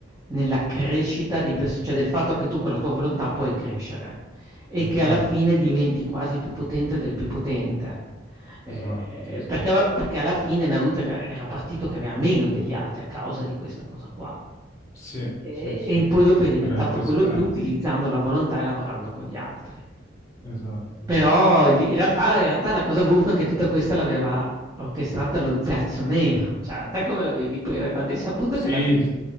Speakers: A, on the right; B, on the left.
A: nella crescita di perso cioè del fatto che tu con la tua volontà puoi crescere e
B: Esatto.
A: che alla fine diventi quasi più potente del più potente. Eh,
B: Esatto, esatto.
A: perché, alla perché alla fine Naruto era, era partito che aveva meno degli altri a causa di questa cosa qua.
B: Sì, sì,
A: E,
B: sì,
A: e poi dopo è diventato
B: era il più
A: quello
B: scarso.
A: più utilizzando la volontà e lavorando con gli altri.
B: Esatto,
A: Però
B: esatto.
A: lì in realtà in realtà la cosa buffa è che tutta questa l'aveva orchestrata lo Zaczo Nero, cioè a te come l'avevi presa quando hai saputo
B: Sì,
A: che alla fine